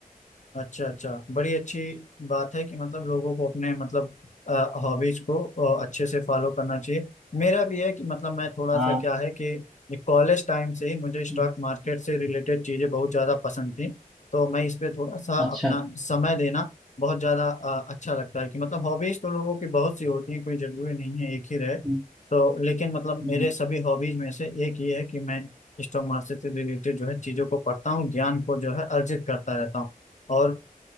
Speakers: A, on the left (about 55°); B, in the centre.
A: अच्छा अच्छा बड़ी अच्छी बात है कि मतलब लोगों को अपने मतलब हॉबीज को अ, अच्छे से फॉलो करना चाहिए मेरा भी है कि मतलब मैं थोड़ा
B: हाँ
A: सा क्या है कि कॉलेज टाइम से ही मुझे स्टॉक
B: हम्म,
A: मार्केट से रिलेटेड चीज़ें बहुत ज़्यादा पसंद थी तो मैं इस पे थोड़ा सा
B: अच्छा
A: अपना समय देना बहुत ज़्यादा अ, अच्छा लगता है कि मतलब हॉबीज तो लोगों की बहुत सी होती हैं कोई ज़रूरी नहीं है एक ही रहे
B: हम्म,
A: तो लेकिन मतलब
B: हम्म,
A: मेरे सभी हॉबीज में से एक ये है कि मैं स्टॉक मार्केट से रिलेटेड जो है चीज़ों को पढ़ता हूँ ज्ञान को जो है अर्जित करता रहता हूँ और